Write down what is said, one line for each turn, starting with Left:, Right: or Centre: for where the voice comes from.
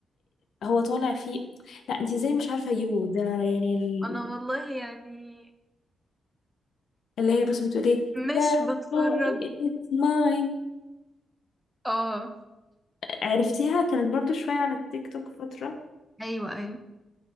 Left: هو طالع فيه لا انت ازاي مش عارفة يو ده يعني ال-
Centre: انا والله يعني
Left: اللي هي بس بتقول ايه
Centre: مش
Left: ده
Centre: بتفرج
Left: هو it's mine
Centre: اه
Left: عرفتيها كانت برضو شوية على التيك توك فترة
Centre: ايوه ايوه